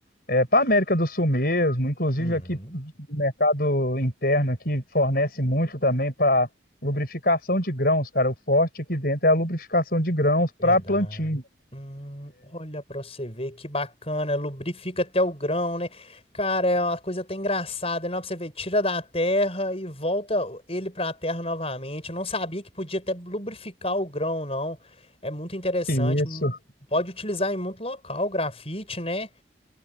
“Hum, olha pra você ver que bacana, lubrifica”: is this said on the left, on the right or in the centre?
Left